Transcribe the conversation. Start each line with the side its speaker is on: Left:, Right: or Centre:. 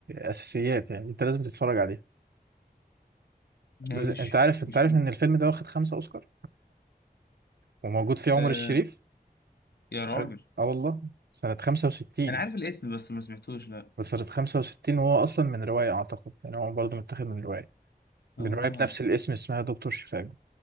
Right: اساسيات يعني انت لازم تتفرج عليه
Left: ماشي
Right: لازم انت عارف انت
Left: مش
Right: عارف
Left: مهم.
Right: ان الفيلم ده واخد خمسة اوسكار وموجود فيه عمر
Left: آه
Right: الشريف
Left: يا راجل
Right: عارف اه والله سنه 65
Left: انا عارف الاسم بس ما سمعتوش لا
Right: ده سنه 65 وهو اصلا من روايه اعتقد يعني هو برضه متاخد من روايه من
Left: اه
Right: روايه بنفس الاسم اسمها دكتور شيفاجو